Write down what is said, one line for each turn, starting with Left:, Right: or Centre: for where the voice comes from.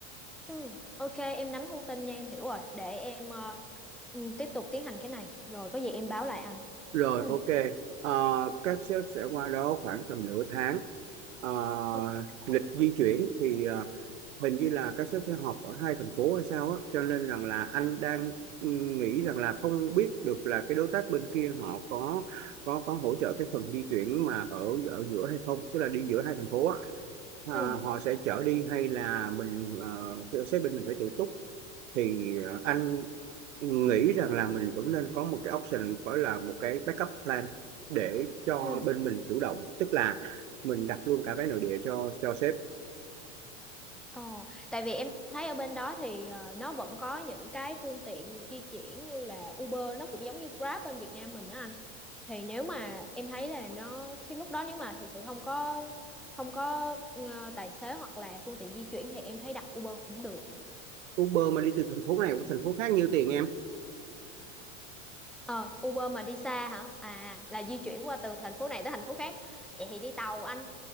Centre: ừ ok em nắm thông tin nha em hiểu rồi để em ờ, ừ, tiếp tục tiến hành cái này rồi có gì em báo lại anh
Right: rồi
Centre: ừ
Right: ok Ờ, các sếp sẽ qua đó khoảng tầm nửa tháng Ờ,
Centre: ok
Right: lịch di chuyển thì ờ, hình như là các sếp sẽ họp ở hai thành phố hay sao á cho nên rằng là anh đang ừ, nghĩ rằng là không biết được là cái đối tác bên kia họ có có có hỗ trợ cái phần di chuyển mà ở ở giữa hay không tức là đi giữa hai thành phố á à,
Centre: ừ
Right: họ sẽ chở đi hay là mình ờ, theo sếp bên mình phải tự túc thì ờ, anh nghĩ rằng là mình vẫn nên có một cái option gọi là một cái backup plan để cho
Centre: ừ
Right: bên mình chủ động tức là mình đặt luôn cả vé nội địa cho cho sếp
Centre: ồ tại vì em thấy ở bên đó thì ờ, nó vẫn có những cái phương tiện di chuyển như là Uber nó cũng giống như Grab bên Việt Nam mình đó anh thì nếu mà em thấy là nó khi lúc đó nếu mà thực sự không có không có ờ, tài xế hoặc là phương tiện di chuyển thì em thấy đặt Uber cũng được
Right: Uber mà đi từ thành phố này qua thành phố khác nhiêu tiền em
Centre: Ờ, Uber mà đi xa hả? À, là di chuyển qua từ thành phố này tới thành phố khác. Vậy thì đi tàu anh.